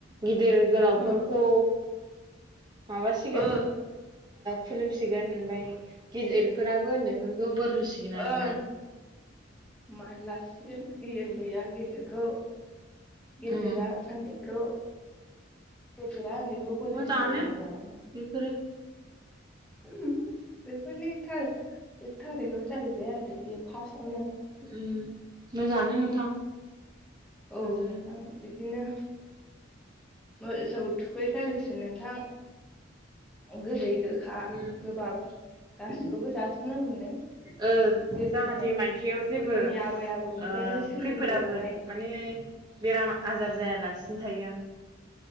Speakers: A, on the right; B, in the centre.
A: गिदिर गोलावफोरखौ
B: ओ
A: माबासिगो
B: ओ
A: खुलुमसिगोन ओमफ्राय गिदिरफोराबो उन्दैफोरखौ बोर होसिगोन आरो
B: ओं
A: ना
B: मानलासिगोन उन्दैया गेदेरखौ गेदेरा
A: उम
B: उन्दैखौ गेदेरा उन्दै खौबोर
A: मोजाङानो
B: होसिगोन
A: बेफोरो
B: बेफोरनि एक थारिखाव जाहैबाय आरो बियो फासआवनो
A: उम मोजां नोंथां
B: औ
A: बेफोरो
B: नोंथां बिदिनो मोसौ थुखै खालिसो नोंथां गोदै गोखा
A: उम
B: गोबाब गासिखौबो जाजोबनांगौनो
A: ओ
B: गोदोनि
A: जाहाथे मायथायाव जेबो
B: गोदोनि आबै आबौनिफ्रायनो
A: ओ
B: सोलिबोबाय
A: खैफोद आफोद
B: थानाय
A: माने बेराम आजार जायालासेनो थायो